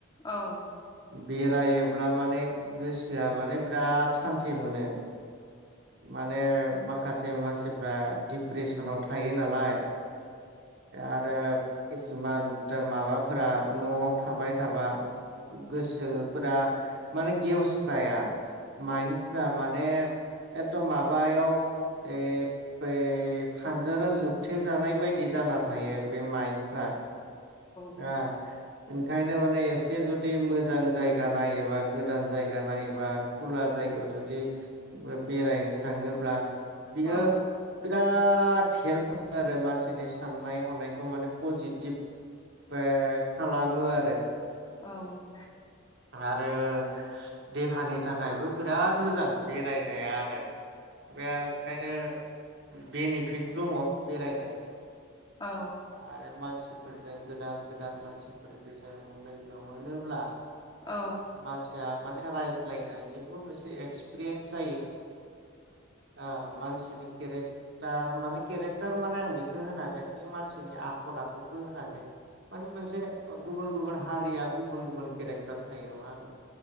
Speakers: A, on the left; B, on the right.
A: औ।
B: बेरायोब्ला माने गोसोआ माने बिराद सान्थि मोनो। माने माखासे मानसिफ्रा डप्रेसनाव थायो नालाय। आरो किसुमान ता माबाफोरा न'आव थाबाय थाबा गोसोफोरा माने गेवस्राया। माइन्फ्रा माने एकदम माबायाव ए बे फानजाराव जोबथेेजानाय बायदि जाना थायो बे माइनफ्रा।
A: औ
B: आ। ओंखायनो माने एसे जुदि मोजां जायगा नायोबा गोदान जायगा नायोबा खुला जायगायाव जुदि ओ बेरायनो थाङोब्ला। बियो
A: औ
B: <unintelligible> बिराद हेल्प हो आरो मानसिनि साननाय हनायखौ माने पजिटिभ ओ खालामो आरो।
A: औ।
B: आरो देहानि थाखायबो बिराद मोजां बेरायनाया आरो। बे ओंखायनो बेनिफिट दङ। बेरायनाय।
A: औ।
B: आरो मानसिफोरजों गोदान गोदान मानसिफोर जों लोगो मोनोब्ला
A: औ।
B: मानसिया माने रायज्लायनायनिबो मोनसे एक्सपिरियेन्स जायो। आ मानसि बिदिनो केरेक्टार माने केरेक्टार माने आं बेखौ होनाखै। बे मानसिनि आखल आखुखौ होनाखै। माने मोनसे गुबुन। गुबुन हारिया गुबुन गुबुन केरेक्टार थायो नङा होनोमबा?